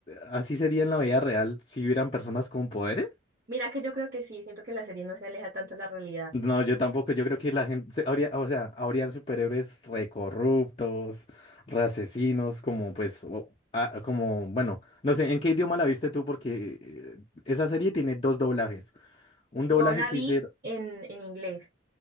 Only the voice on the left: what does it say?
así sería en la vida real si hubieran personas con poderes?
No, yo tampoco. Yo creo que la gente se- habría, o sea, habrían superhéroes recorruptos, re asesinos, como pues, o- ah, como, bueno, no sé, ¿en qué idioma la viste tú? Porque eh, esa serie tiene dos doblajes. Un doblaje
que
hicieron.